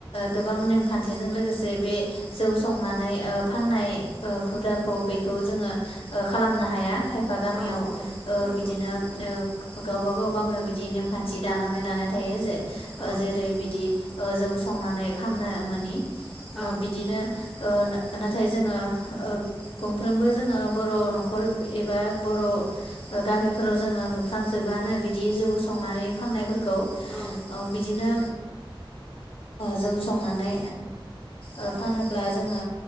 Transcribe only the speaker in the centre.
औ औ
नंगौ
औ
औ
औ